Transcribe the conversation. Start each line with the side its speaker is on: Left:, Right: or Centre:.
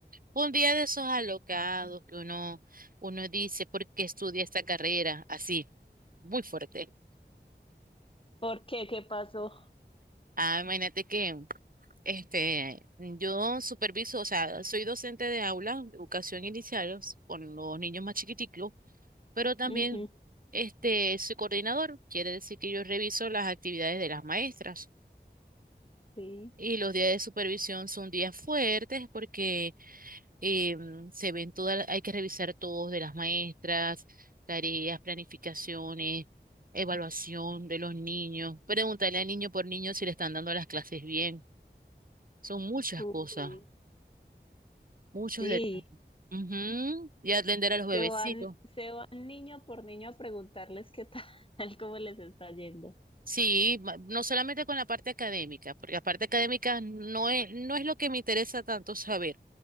Right: fue un día de esos alocados que uno, uno dice, ¿por qué estudia esta carrera? Así, muy fuerte.
Left: ¿Por qué? ¿Qué pasó?
Right: Ah, imagínate que este, yo superviso, o sea, soy docente de aula, educación inicial con los niños más chiquiticos, pero también
Left: Ujú,
Right: este, soy coordinador, quiere decir que yo reviso las actividades de las maestras.
Left: Sí.
Right: Y los días de supervisión son días fuertes porque em, se ven todas, hay que revisar todos de las maestras, tareas, planificaciones, evaluación de los niños, preguntarle al niño por niño si le están dando las clases bien son muchas
Left: Uy,
Right: cosas, muchos
Left: sí,
Right: detalles. Ujú, Y atender a los bebecitos.
Left: se van, se van niño por niño a preguntarles qué tal, <laughs> cómo les está yendo.
Right: Sí, ma- no solamente con la parte académica, porque la parte académica no es, no es lo que me interesa tanto saber.